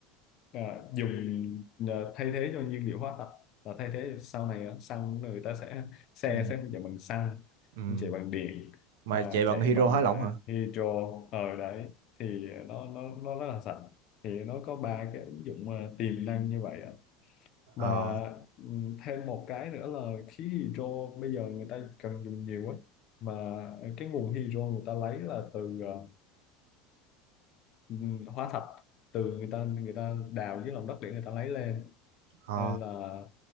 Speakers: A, on the left (about 40°); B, on the right (about 85°).
A: à, dùng à, thay thế cho nhiên liệu hóa thạch là thay thế sau này á, xăng người ta sẽ xe
B: ừ.
A: sẽ không chạy bằng xăng
B: ừ.
A: không chạy bằng điện
B: mà
A: mà
B: chạy bằng
A: chạy
B: hydro
A: bằng
B: hóa
A: à,
B: lỏng hả
A: hydro ở đấy thì nó nó nó rất là sạch thì nó có ba cái ứng dụng à, tiềm năng như vậy á mà
B: ờ
A: ừm, thêm một cái nữa là khí hydro bây giờ người ta cần dùng nhiều á mà cái nguồn hydro người ta lấy là từ ờ, ừm, hóa thạch từ người ta người ta đào dưới lòng đất để người ta lấy lên
B: ờ
A: nên là